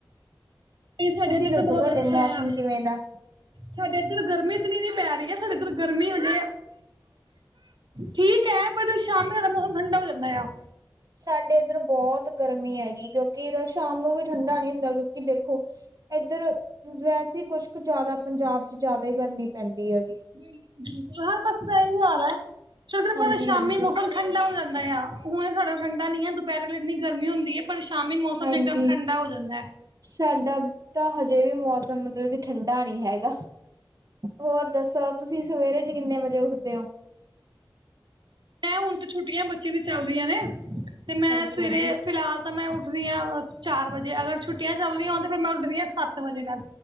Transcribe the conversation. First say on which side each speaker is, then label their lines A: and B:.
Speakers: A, on the right; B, on the right.
A: ਨੀ ਸਾਡੇ
B: ਤੁਸੀਂ
A: ਏਥੇ ਤੇ
B: ਦੱਸੋ
A: ਤਾਂ ਬੋਤ
B: ਤੁਹਾਡੇ
A: ਅੱਛਾ
B: ਮੌਸਮ
A: ਆ।
B: ਕਿਵੇਂ ਦਾ
A: ਸਾਡੇ ਇੱਧਰ ਗਰਮੀ ਇਤਨੀ ਨੀ ਪੈ ਰਹੀ ਹੈ ਸਾਡੇ ਏਧਰ ਗਰਮੀ ਹਜੇ ਆ ਠੀਕ ਐ ਪਰ ਸ਼ਾਮ ਵਾਲਾ ਮੌਸਮ ਠੰਡਾ ਹੋ ਜਾਂਦਾ ਆ।
B: ਸਾਡੇ ਏਧਰ ਬੋਤ ਗਰਮੀ ਹੈਗੀ ਕਿਉਂਕਿ ਸ਼ਾਮ ਨੂੰ ਵੀ ਠੰਢਾ ਨੀ ਹੁੰਦਾ ਕਿਉਂਕਿ ਦੇਖੋ ਏਧਰ ਵੈਸੇ ਕੁਛ ਕੁ ਜਾਦਾ ਪੰਜਾਬ ਚ ਜਾਦਾ ਹੀ ਗਰਮੀ ਪੈਂਦੀ ਹੈਗੀ।
A: ਬਿਲਕੁਲ-ਬਿਲਕੁਲ, ਹਰ ਪਾਸੇ ਦਾ ਏਹੀ ਹਾਲ ਏ ਚ
B: ਹਾਂਜੀ
A: ਸ਼ਾਮੀ
B: ਹਾਂਜੀ
A: ਮੌਸਮ ਠੰਡਾ ਹੋ ਜਾਂਦਾ ਆ। ਹੁਣ ਸਾਡਾ ਠੰਡਾ ਨੀ ਏ ਦੁਪੇਰ ਵੇਲੇ ਇੰਨੀ ਗਰਮੀ ਹੁੰਦੀ ਐ। ਪਰ ਸ਼ਾਮੀ ਮੌਸਮ
B: ਹਾਂਜੀ
A: ਇਕਦਮ ਠੰਡਾ ਹੋ ਜਾਂਦਾ ਏ।
B: ਸਾਡਾ ਤਾਂ ਹਜੇ ਵੀ ਮੌਸਮ ਮਤਲਬ ਕਿ ਠੰਡਾ ਨੀ ਹੈਗਾ। ਹੋਰ ਦੱਸੋ ਤੁਸੀਂ ਸਵੇਰੇ ਚ' ਕਿੰਨੇ ਵਜੇ ਉੱਠਦੇ ਓ?
A: ਮੈਂ ਹੁਣ ਤੇ ਛੁੱਟੀਆਂ ਬੱਚੇ ਦੀ ਚੱਲਦੀਆਂ ਨੇ ਤੇ ਮੈਂ
B: ਹਾਂਜੀ-ਹਾਂਜੀ
A: ਸਵੇਰੇ ਫਿਲਹਾਲ ਤਾਂ ਮੈਂ ਉੱਠਦੀ ਆ ਚਾਰ ਵਜੇ ਅਗਰ ਛੁੱਟੀਆਂ ਚੱਲਦੀਆਂ ਹੋਣ ਤੇ ਫਿਰ ਮੈਂ ਉੱਠਦੀ ਆ ਸੱਤ ਵਜੇ ਨਾਲ।